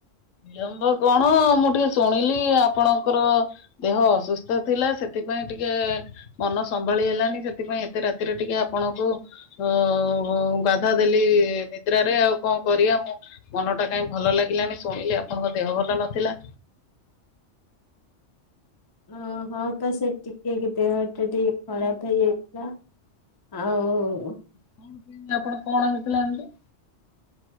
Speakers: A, on the left; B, on the left.
A: ବିଳମ୍ବ କଣ ମୁଁ ଟିକେ ଶୁଣିଲି ଆପଣଙ୍କର ଦେହ ଅସୁସ୍ଥ ଥିଲା ସେଥିପାଇଁ ଟିକେ ମନ ସମ୍ଭାଳି ହେଲାନି, ସେଥିପାଇଁ ଏତେ ରାତିରେ ଟିକେ ଆପଣଙ୍କୁ ହଁ ବାଧା ଦେଲି ନିଦ୍ରାରେ, ଆଉ କଣ କରିଆ ମୁଁ ମନଟା କାଇଁ ଭଲ ଲାଗିଲାନି, ଶୁଣିଲି ଆପଣଙ୍କ ଦେହ ଭଲ ନଥିଲା।
B: ହଁ- ହଁ ପା ସେ ଟିକେ ଦେହଟା ଟିକେ ଖରାପ ହେଇଯାଇଥିଲା। ଆଉ
A: କଣ ପାଇଁ ଆପଣ କଣ ହେଇଥିଲା ଏମିତି?